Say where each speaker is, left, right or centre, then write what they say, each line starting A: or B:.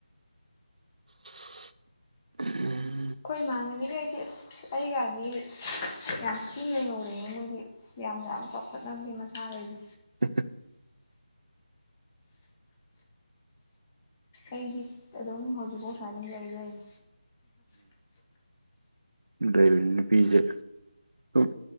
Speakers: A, on the right (about 65°); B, on the left (about 20°).
A: <inaudible>
B: ꯑꯩꯈꯣꯏ ꯏꯃꯥꯟꯅꯕꯤꯈꯩꯗꯤ ꯑꯁ ꯑꯩꯒꯗꯤ ꯌꯥꯝ ꯊꯤꯅ ꯍꯩꯌꯧꯔꯦꯑꯦ ꯃꯣꯏꯗꯤ ꯁꯤ ꯌꯥꯝꯅ ꯆꯥꯎꯈꯠꯇꯕꯅꯤ ꯃꯁꯥꯈꯩꯁꯦ
A: <inaudible>
B: ꯑꯩꯗꯤ ꯑꯗꯨꯝ ꯍꯧꯖꯤꯛꯐꯥꯎ ꯁꯨꯋꯥꯏꯑꯗꯨꯝ ꯂꯩ ꯂꯩꯔꯤ
A: ꯕꯦꯕꯤ ꯅꯨꯄꯤꯗꯤ ꯑꯗꯨꯝ